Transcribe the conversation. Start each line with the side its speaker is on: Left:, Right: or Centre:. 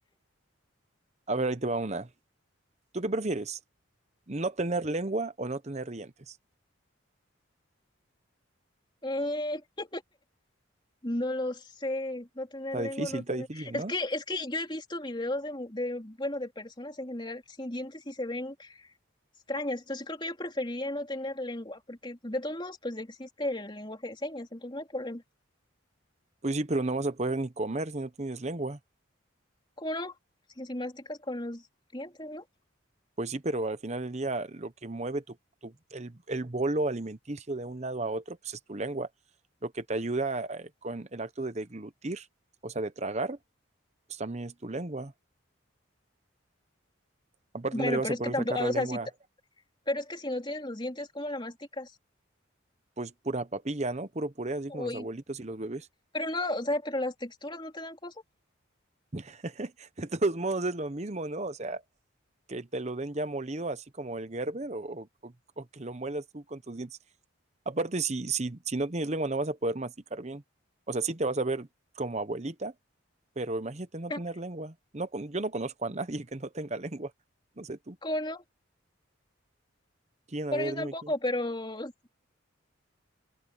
Right: A ver, ahí te va una. ¿Tú qué prefieres? ¿No tener lengua o no tener dientes?
Left: Mm. No lo sé, no tener
Right: Está
Left: lengua,
Right: difícil,
Left: no
Right: está
Left: tener...
Right: difícil,
Left: Es
Right: ¿no?
Left: que, es que yo he visto videos de, mu- de, bueno, de personas en general sin dientes y se ven extrañas. Entonces creo que yo preferiría no tener lengua, porque de todos modos, pues existe el lenguaje de señas, entonces no hay problema.
Right: Pues sí, pero no vas a poder ni comer si no tienes lengua.
Left: ¿Cómo no? Si, si masticas con los dientes, ¿no?
Right: Pues sí, pero al final del día lo que mueve tu, tu- el, el bolo alimenticio de un lado a otro, pues es tu lengua. Lo que te ayuda eh, con el acto de deglutir, o sea, de tragar, pues también es tu lengua. Aparte
Left: Bueno,
Right: no le vas
Left: pero
Right: a
Left: es
Right: poder
Left: que tampoco,
Right: sacar la
Left: o
Right: lengua,
Left: sea, si, t- pero es que si no tienes los dientes, ¿cómo la masticas?
Right: pues pura papilla, ¿no? Puro puré, así como
Left: Uy,
Right: los abuelitos y los bebés.
Left: pero no, o sea, pero las texturas no te dan cosas.
Right: <laughs> De todos modos es lo mismo, ¿no? O sea, que te lo den ya molido, así como el Gerber, o, o- o que lo muelas tú con tus dientes. Aparte, si, si, si no tienes lengua, no vas a poder masticar bien. O sea, sí te vas a ver como abuelita, pero imagínate no
Left: <laughs>
Right: tener lengua. No, con- yo no conozco a nadie que no tenga lengua. No sé tú.
Left: ¿Cómo no?
Right: ¿Quién?
Left: Bueno,
Right: A ver,
Left: yo tampoco,
Right: dime quién.
Left: pero es